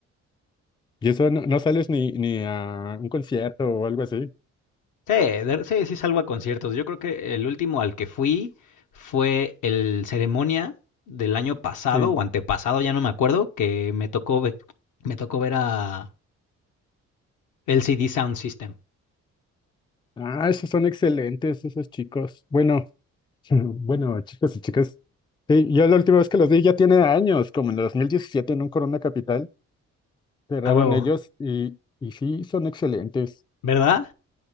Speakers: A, on the left; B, on the left.
A: y eso no, no sales ni, ni a un concierto o algo así.
B: Sí, de- sí, sí salgo a conciertos. Yo creo que el último al que fui fue el ceremonia del año pasado
A: Sí.
B: o antepasado, ya no me acuerdo, que me tocó ver, me tocó ver a LCD Sound System.
A: Ah, esos son excelentes, esos chicos. Bueno, <laughs> bueno, chicos y chicas. Sí, yo la última vez que los vi ya tiene años, como en el 2017 en un Corona Capital, cerraron
B: A huevo,
A: ellos y, y sí, son excelentes.
B: ¿verdad?